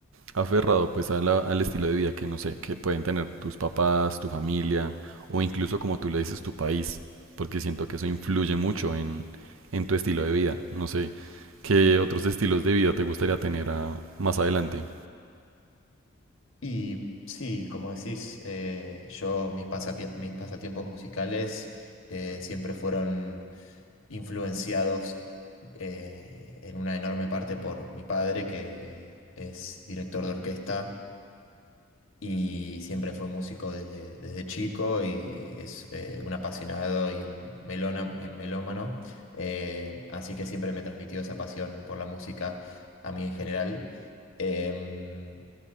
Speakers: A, on the right; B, on the left.
A: aferrado pues a la- al estilo de vida que no sé, que pueden tener tus papás, tu familia o incluso como tú le dices tu país, porque siento que eso influye mucho en, en tu estilo de vida. No sé, ¿qué otros estilos de vida te gustaría tener a- más adelante?
B: Y sí, como decís, eh, yo mis, pasapie- mis pasatiempos musicales eh, siempre fueron influenciados eh, en una enorme parte por mi padre, que es director de orquesta y siempre fue músico desde, desde chico y es eh, un apasionado y un melona- eh, melómano, eh, así que siempre me transmitió esa pasión por la música a mí en general. Em,